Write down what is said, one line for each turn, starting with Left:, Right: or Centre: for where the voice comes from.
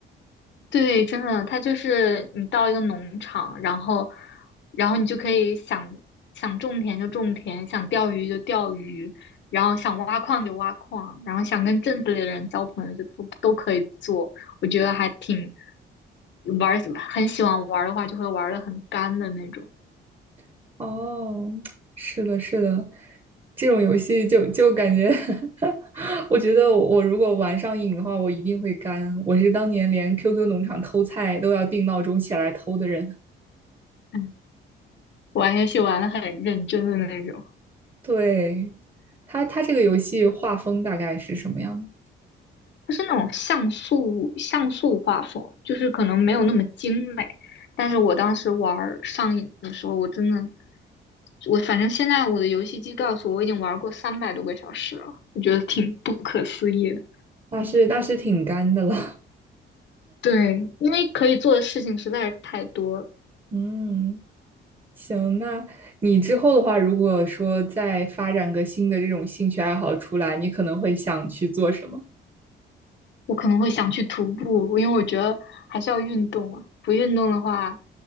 Left: 对，真的，它就是你到一个农场，然后，然后你就可以想想种田就种田，想钓鱼就钓鱼，然后想挖矿就挖矿，然后想跟镇子里的人交朋友就都都可以做。我觉得还挺玩儿，很喜欢玩儿的话，就会玩的很干的那种，
Right: <laughs> 哦，<tsk> 是的，是的，这种游戏就就感觉 <laughs> 我觉得我如果玩上瘾的话，我一定会干。我是当年连 QQ 农场偷菜都要定闹钟起来偷的人。
Left: 嗯，玩游戏玩的很认真的那种。
Right: 对，他他这个游戏画风大概是什么样的？
Left: 它是那种像素像素画风，就是可能没有那么精美。但是我当时玩儿上瘾的时候，我真的我反正现在我的游戏机告诉我，我已经玩过三百多个小时了，我觉得挺不可思议的。
Right: 那是那是挺干的了。
Left: 对，因为可以做的事情实在是太多了，
Right: <laughs> 嗯，行，那你之后的话，如果说再发展个新的这种兴趣爱好出来，你可能会想去做什么？
Left: 我可能会想去徒步，因为我觉得还是要运动啊。不运动的话，